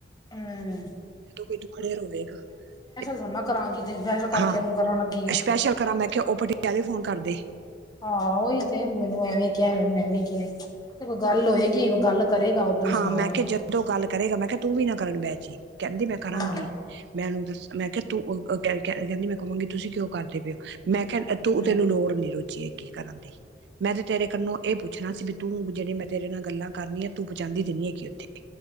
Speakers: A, on the left; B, on the right.
A: ਹੂੰ।
B: ਜਦੋਂ ਕੋਈ ਦੁੱਖੜੇ ਰੋਏਗਾ ਤੇ
A: ਥੋੜੀ ਨਾ ਕਰਾਂਗੀ ਤੇ ਸਪੈਸ਼ਲ ਕਰਕੇ
B: ਹਾਂ
A: ਉਹਨੂੰ ਕਰਨ ਲੱਗੀ ਆ
B: ਸਪੈਸ਼ਲ ਕਰਾਂ ਮੈਂ ਕਿਹਾ ਉਹ ਬੜੀ ਟੈਲੀਫੋਨ ਕਰਦੀ।
A: ਹਾਂ, ਉਹੀ ਤੇ ਮੈਨੂੰ ਐਵੇਂ ਕਿਆ, ਮੈਨੂੰ ਐਵੇਂ ਕਿਆ, ਦੇਖੋ ਕੋਈ ਗੱਲ ਹੋਏਗੀ, ਗੱਲ ਕਰੇਗਾ ਉਦੋਂ
B: ਹਾਂ,
A: ਸੁਣਾਵਾਂਗੀ
B: ਮੈਂ ਕਿਹਾ ਜਦ ਓ ਗੱਲ ਕਰੇਗਾ, ਮੈਂ ਕਿਹਾ ਤੂੰ ਵੀ ਨਾ ਕਰਨ ਬਹਿਜੀ। ਕਹਿੰਦੀ ਮੈਂ ਕਰਾਂਗੀ।
A: ਹਾਂ
B: ਮੈਂ ਓਨੁ--ਦੱਸ ਮੈਂ ਕਿਹਾ ਤੂੰ, ਅ ਕ ਕਹਿੰਦੀ ਮੈਂ ਕਵਾਂਗੀ, ਤੁਸੀਂ ਕਿਉਂ ਕਰਦੇ ਪਓ ਮੈਂ, ਕ ਤੂੰ,
A: ਹਮ
B: ਤੈਨੂੰ ਲੋੜ ਨੀ ਰੋਜ਼ੀ ਅੱਗੇ ਕਰਨ ਦੀ, ਮੈਂ ਤੇ ਤੇਰੇ ਕੰਨੋ ਇਹ ਪੁੱਛਣਾ ਸੀ, ਵੀ ਤੂੰ ਜਿਹੜੇ ਮੈਂ ਤੇਰੇ ਨਾਲ ਗੱਲਾਂ ਕਰਨੀਆਂ ਤੂੰ ਪਹੁਚਾਂਦੀ ਤੇ ਨੀ ਐ ਥੇ